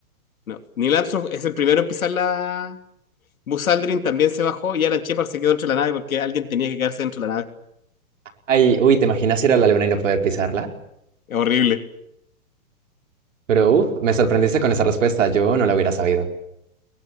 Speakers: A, on the left; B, on the right.
A: No, Neil Armstrong es el primero en pisar la... Buzz Aldrin también se bajó y Alan Shepard se quedó dentro de la nave porque alguien tenía que quedarse dentro de la nave.
B: Ay, uy, ¿te imaginas ir a la luna y no poder pisarla?
A: Es horrible.
B: Pero uf, me sorprendiste con esa respuesta, yo no la hubiera sabido.